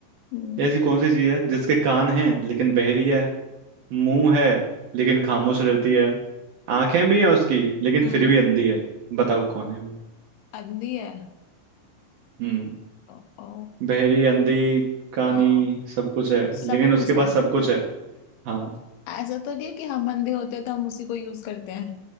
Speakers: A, on the left (about 75°); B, on the right (about 65°).
A: हम्म
B: ऐसी कौन सी चीज है जिसके कान हैं लेकिन बहरी है मुंह है लेकिन खामोश रहती है आंखें भी हैं उसकी लेकिन
A: हम्म
B: फिर भी अंधी है बताओ कौन है वो
A: अंधी है
B: हम्म
A: ओ, ओ,
B: बहरी अंधी कानी
A: आ,
B: सब कुछ है
A: सब
B: लेकिन
A: कुछ
B: उसके पास
A: है
B: सब कुछ है हाँ
A: ऐसा तो नहीं है कि हम अंधे होते हैं तो हम उसी को यूज करते हैं